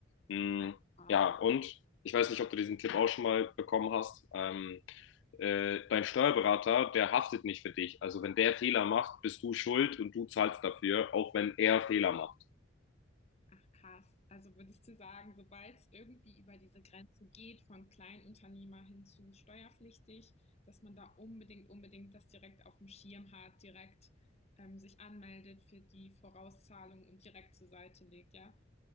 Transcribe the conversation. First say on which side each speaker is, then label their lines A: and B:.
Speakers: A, on the left; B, on the left.
A: Mm,
B: Ah,
A: ja, und ich weiß nicht, ob du diesen Tipp auch schon mal bekommen hast. Ähm, äh, dein Steuerberater, der haftet nicht für dich. Also wenn der Fehler macht, bist du schuld und du zahlst dafür, auch wenn er Fehler macht.
B: Ach krass. Also würdest du sagen, sobald es irgendwie über diese Grenze geht, von Kleinunternehmer hin zu steuerpflichtig, dass man da unbedingt, unbedingt das direkt auf dem Schirm hat, direkt ähm, sich anmeldet für die Vorauszahlung und direkt zur Seite legt, ja?